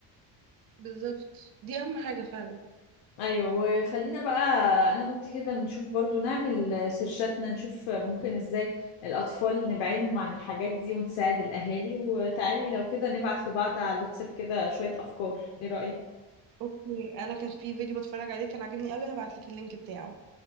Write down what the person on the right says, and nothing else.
بالظبط دي اهم حاجة فعلا
اوكي انا كان في فيديو بتفرج عليه كان عاجبني قوي هبعتلك اللينك بتاعه